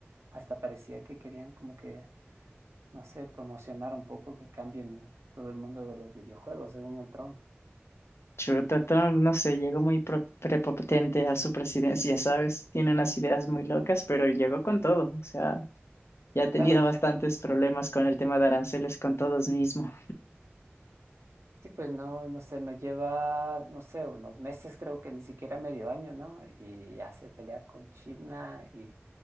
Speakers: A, on the right (about 75°); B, on the left (about 70°).
A: hasta parecía que querían como que, no sé, promocionar un poco que cambien todo el mundo de los videojuegos, según el Tron.
B: Chuta, Trump, no sé, llegó muy pro- prepotente a su presidencia, ¿sabes? Tiene unas ideas muy locas, pero llegó con todo. O sea, ya ha tenido
A: Claro, y-
B: bastantes problemas con el tema de aranceles con todos mismos.
A: sí, pues no, no sé, no lleva, no sé, unos meses, creo que ni siquiera medio año, ¿no? Y ya se pelea con China y